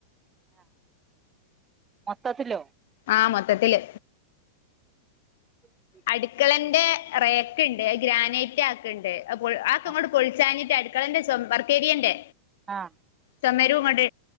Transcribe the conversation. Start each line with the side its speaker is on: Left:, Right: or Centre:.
Right: ആ മത്തത്തില
Left: ആഹ മൊത്തത്തില്
Right: ഉ
Left: അടുക്കളന്റെ റേക്ക ഉണ്ട് ഗ്രാനൈറ്റ് ആക്ക ഉണ്ട് ആക്ക
Right: ആ
Left: അങ്ങോ് പൊളിച്ചാന അടുക്കളന്റെം ബർക്കേരിയന്റെ
Right: ആഹ
Left: സമരവും ക